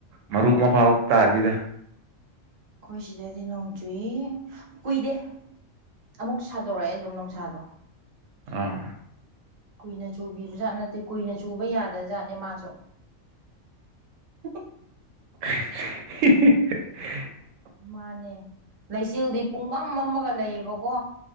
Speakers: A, on the right; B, on the right.
A: ꯃꯔꯨꯞ ꯑꯃ ꯐꯥꯎ ꯀꯥꯁꯤꯗ
B: ꯑꯩꯈꯣꯏ ꯁꯤꯗꯗꯤ ꯅꯣꯡ ꯆꯨꯏ ꯀꯨꯏꯗꯦ ꯑꯃꯨꯛꯁꯨ ꯁꯥꯗꯣꯔꯛꯑꯦ ꯑꯗꯨꯝ ꯅꯨꯡꯁꯥꯗꯣ
A: ꯑꯥ
B: ꯀꯨꯏꯅ ꯆꯨꯕꯤꯕꯖꯥꯠ ꯅꯠꯇꯦ ꯀꯨꯏꯅ ꯆꯨꯕ ꯌꯥꯗꯕ ꯖꯥꯠꯅꯦ ꯃꯥꯁꯨ <inaudible>
A: <inaudible>
B: ꯃꯥꯅꯦ ꯂꯩꯆꯤꯜꯗꯤ ꯄꯨꯡꯃꯝ ꯃꯝꯃꯥꯒ ꯂꯩꯌꯦꯕꯀꯣ